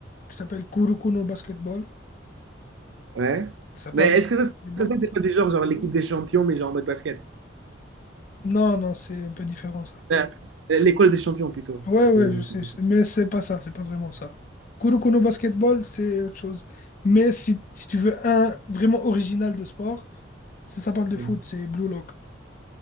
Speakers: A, on the left; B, on the right.
A: qui s'appelle Kuroko no Basketball.
B: Ouais.
A: Ça parle
B: Mais
A: de
B: est-ce
A: basketball.
B: que ça, ça, ça, c'est pas du genre, genre l'équipe des champions, mais genre en mode basket?
A: Non, non, c'est un peu différent ça.
B: Euh, L'école des champions plutôt.
A: Ouais,
B: Donc,
A: ouais,
B: euh, L'équipe
A: je sais,
B: des
A: je
B: champions.
A: sais, mais c'est pas ça, c'est pas vraiment ça. Kuroko no Basketball, c'est autre chose. Mais si, si tu veux un vraiment original de sport, ça, ça parle de
B: Ouais.
A: foot, c'est Blue Lock.